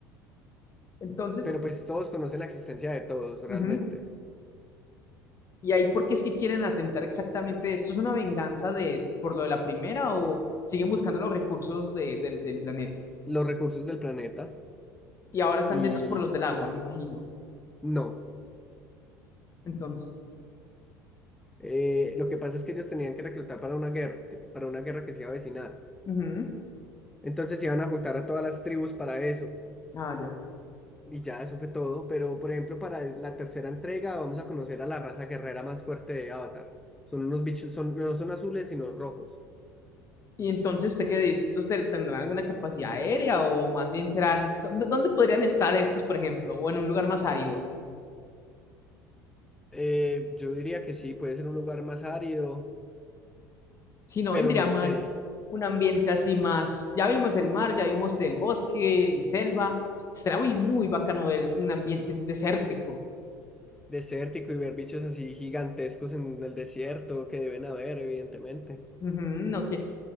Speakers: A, on the left (about 30°); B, in the centre.
A: entonces,
B: pero pues todos conocen la existencia de todos realmente,
A: ujú. ¿Y ahí por qué es que quieren atentar exactamente esto? ¿Es una venganza de por lo de la primera o siguen buscando los recursos de- del del planeta?
B: los recursos del planeta,
A: Y ahora están
B: y
A: yendo por los del agua, me imagino.
B: no.
A: Entonces,
B: eh, lo que pasa es que ellos tenían que reclutar para una guerra, para una guerra que se iba a avecinar.
A: ujú.
B: Entonces iban a juntar a todas las tribus para eso.
A: Ah, ya.
B: Y ya eso fue todo. Pero, por ejemplo, para la tercera entrega vamos a conocer a la raza guerrera más fuerte de Avatar. Son unos bichos, son, no son azules, sino rojos.
A: Y entonces, ¿usted qué dice? ¿Estos te- tendrán alguna capacidad aérea o más bien serán, ¿dónde, dónde podrían estar estos, por ejemplo? O en un lugar más árido.
B: Eh, yo diría que sí, puede ser un lugar más árido,
A: Si no,
B: pero
A: vendría
B: no
A: mal
B: sé,
A: un ambiente así más. Ya vimos el mar, ya vimos el bosque y selva. Será muy, muy bacano ver un ambiente desértico.
B: desértico y ver bichos así gigantescos en el desierto que deben haber, evidentemente.
A: Ujú, no que-